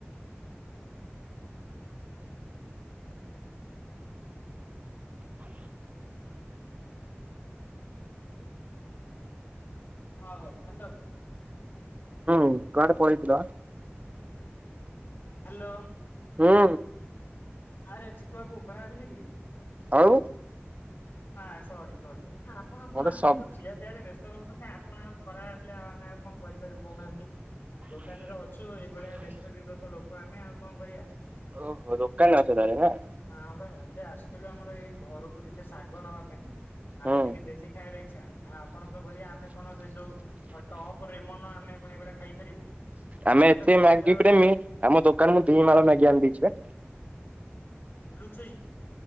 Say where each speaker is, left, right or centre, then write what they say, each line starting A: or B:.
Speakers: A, on the left (about 40°); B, on the right (about 30°).
A: ହଁ ହଉ ହ୍ୟାଲୋ।
B: ହୁଁ କୁଆଡ଼େ ପଳେଇଥିଲ?
A: ହେଲୋ।
B: ହୁଁ।
A: ଆରେ ଚିକୁ ବାବୁ ଖରାପ ଭାବିଲେ କି?
B: ଆଉ।
A: ହଁ ସରି ସରି ଆପଣ କଣ
B: ମତେ
A: ଆପଣ
B: ସବୁ
A: ତ ଖିଆ ପିଆରେ ବ୍ୟସ୍ତ ରହୁଛନ୍ତି ଆପ୍ କଣ ଆଉ ଖରାପ ଭାବିଲେ ଆଉ ଆମେ ଆଉ କଣ କରିପାରିବୁ କହୁନାହାନ୍ତି। ଦୋକାନରେ ଅଛୁ ଏଇଭଳିଆ ବ୍ୟସ୍ତ ବିବ୍ରତ ଲୋକ ଆମେ ଆଉ କଣ କରିବା।
B: ଓହୋ ଦୋକାନ ରେ ଅଛ ତାହେଲେ ନା।
A: ହଁ ଭାଇ ସେ ଆସିଥିଲୁ ଆମର ଏଇ ଘରକୁ ଟିକେ ଶାଗ ନବା ପାଇଁ। ଆଜି
B: ହୁଁ
A: ଟିକେ ଦେଶୀ ଖାଇବାର ଇଚ୍ଛା। ହଁ ଆପଣଙ୍କ ଭଳିଆ ଆମେ କଣ ସେ ଯୋଉ ଟପ୍ ରେମନ ଆମେ କଣ ଏଗୁଡ଼ା ଖାଇପାରିବୁ।
B: ଆମେ
A: ସେ
B: ଏତେ
A: ତ କହିଲା
B: ମ୍ୟାଗି
A: ବେଳୁ
B: ପ୍ରେମୀ ଆମ ଦୋକାନ ମୁ ଦିଇ ମାଳ ମ୍ୟାଗି ଆଣି ଦେଇଛୀ ବା।
A: ଲୁଚେଇକିନି।